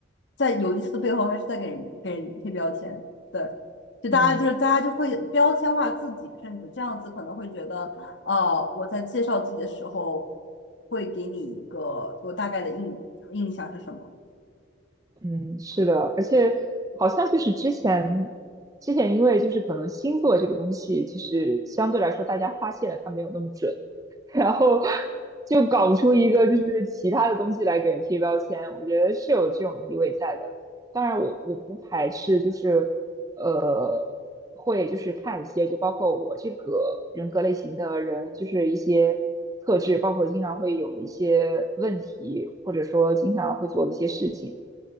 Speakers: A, on the left (about 65°); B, on the right (about 20°).
A: 在有意思的背后，还是在给人给人贴标签。对，就大家就是大家就会标签化自己，
B: 嗯
A: 甚至这样子可能会觉得，哦、我在介绍自己的时候会给你一个我大概的印印象是什么。
B: 嗯，是的，而且好像就是之前之前因为就是可能星座这个东西，就是相对来说大家发现了它没有那么准，然后就搞不出一个就是其他的东西来给人贴标签，我觉得是有这种意味在的。当然我，我不排斥，就是呃，会就是看一些，就包括我这个人格类型的人，就是一些特质，包括经常会有的一些问题，或者说经常会做的一些事情，